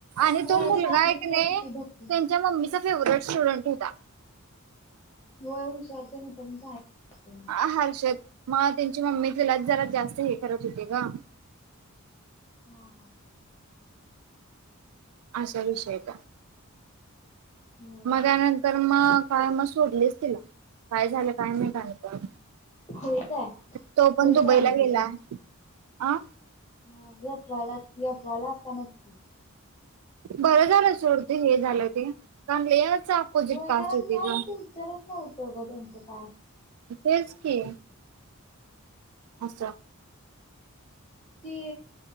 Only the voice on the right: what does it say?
आणि
तो मुलगा
एक नाही
त्यांच्या
मम्मीचा फेवरेट स्टुडंट होता.
हर्षद मग त्यांची मम्मी तिलाच जरा
जास्त हे करत होते ग,
असा विषय का
मग त्यानंतर मग काय मग सोडलीच, तिला काय झालं काय माहित आणि परत
तो पण
दुबईला
गेला. अ
बरं झालं सोड ते हे झालं ते कारण लयच अपोजिट
कास्ट
होती
ग
तेच की. अस